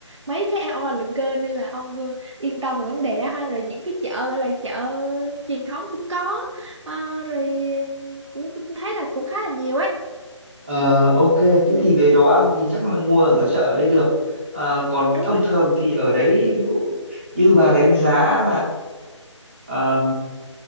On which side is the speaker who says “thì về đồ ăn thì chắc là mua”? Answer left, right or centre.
Right